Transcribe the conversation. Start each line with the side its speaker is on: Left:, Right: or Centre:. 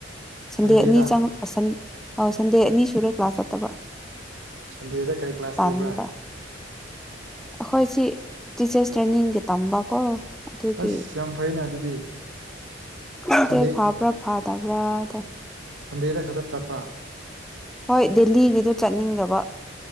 Centre: ꯁꯟꯗꯦ
Right: ꯁꯟꯗꯦꯗ
Centre: ꯑꯅꯤ ꯆꯪ ꯑ ꯁꯟꯗꯦ ꯑꯅꯤ ꯁꯨꯔꯦ ꯀ꯭ꯂꯥꯁ ꯆꯠꯇꯕ
Right: ꯁꯟꯗꯦꯗ ꯀꯔꯤ ꯀ꯭ꯂꯥꯁ
Centre: ꯇꯥꯟꯕ
Right: ꯇꯧꯕ꯭ꯔꯥ
Centre: ꯑꯩꯈꯣꯏꯁꯤ ꯇꯤꯆꯔꯁ ꯇ꯭ꯔꯦꯅꯤꯡꯒꯤ ꯇꯝꯕꯀꯣ ꯑꯗꯨꯒꯤ
Right: ꯑꯁ ꯌꯥꯝ ꯐꯩꯅ ꯑꯗꯨꯗꯤ
Centre: ꯈꯪꯗꯦꯐꯥꯕ꯭ꯔ
Right: ꯁꯟꯗꯦ
Centre: ꯐꯥ ꯇꯕ꯭ꯔꯥꯗꯣ
Right: ꯁꯟꯗꯦꯗ ꯈꯗ ꯆꯠꯄ
Centre: ꯍꯣꯏ ꯗꯦꯜꯂꯤꯒꯤꯗꯨ ꯆꯠꯅꯤꯡꯗꯕ